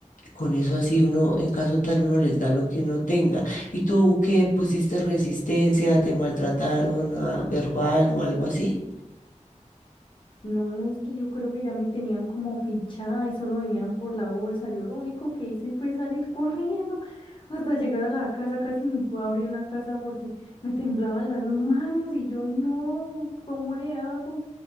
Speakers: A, on the left (about 80°); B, on the left (about 40°).
A: Con eso así uno, en caso tal, uno les da lo que uno tenga. ¿Y tú qué pusiste resistencia? ¿Te maltrataron ah, verbal o algo así?
B: No, es que yo creo que ya me tenían como fichada y solo venían por la bolsa. Yo lo único que hice fue salir corriendo hasta llegar a la casa, casi ni pude abrir la casa porque me temblaban las manos y yo no, ¿cómo le hago?